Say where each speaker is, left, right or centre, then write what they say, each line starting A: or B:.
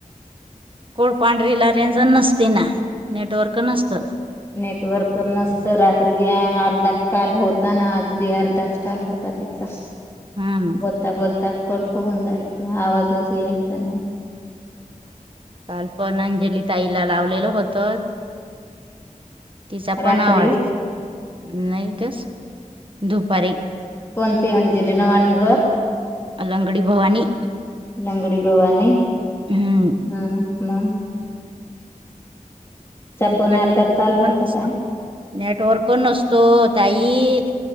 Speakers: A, on the right; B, on the left.
A: कोळपांढरीला रेंज अ नस्ती ना नेटवर्कई नसतं.
B: नेटवर्क नसत रात्री बी अ अर्धा काल होता ना आज बी अर्धाच काल होता. होता तिचा
A: हा ना
B: बोलता बोलत कट होऊन जायचं आवाजच चला.
A: काल पण अंजली ताईला लावलेल होत. तिचा
B: रात्री
A: पण आवाज नाही ग स दुफारी.
B: कोणती अंजली नवानगर?
A: अलंगडी भवानी.
B: लंगडी भवानी
A: हम्म
B: हम्म म
A: त्यांच्याकडे
B: फोन अर्धा
A: नेटवर्क
B: काल
A: बंद
B: होता
A: असतो.
B: काय
A: नेटवर्कण नसतो ताई